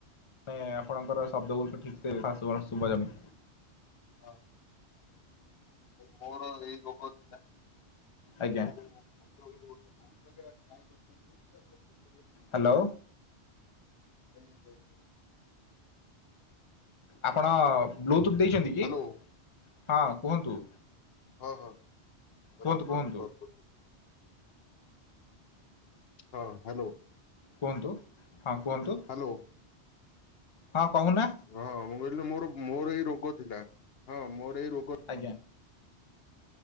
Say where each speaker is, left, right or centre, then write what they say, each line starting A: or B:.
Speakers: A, on the left; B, on the left.
A: ନେ ଆପଣଙ୍କର ଶବ୍ଦ ଗୁଡିକ ଠିକସେ ଫାଷ୍ଟ କୁ କଣ ଶୁଭା ଯାଉନି।
B: ହଁ ମୋର ଏଇ ରୋଗ ଥିଲା।
A: ଆଜ୍ଞା।
B: <unintelligible> ଜାଗା ଟ୍ରାଏ କରିଛନ୍ତି ତାପରେ ଭଦ୍ରକରେ
A: ହାଲୋ।
B: ହଁ କୁହ।
A: ଆପଣ ବ୍ଲୁଟୁଥ୍ ଦେଇଚନ୍ତି କି
B: ହ୍ୟାଲୋ
A: ହଁ କୁହନ୍ତୁ।
B: ହଁ ହଁ।
A: କୁହନ୍ତୁ
B: ର ବ୍ଲୁଟୁଥ
A: କୁହନ୍ତୁ।
B: ଅଫ୍ କରୁଛି ହଁ ହାଲୋ।
A: କୁହନ୍ତୁ ହଁ କୁହନ୍ତୁ।
B: ହାଲୋ।
A: ହଁ କହୁନା।
B: ହଁ ମୁଁ କହିଲି ମୋର ମୋର ଏଇ ରୋଗ ଥିଲା। ହଁ ମୋର ଏଇ ରୋଗ
A: ଆଜ୍ଞା।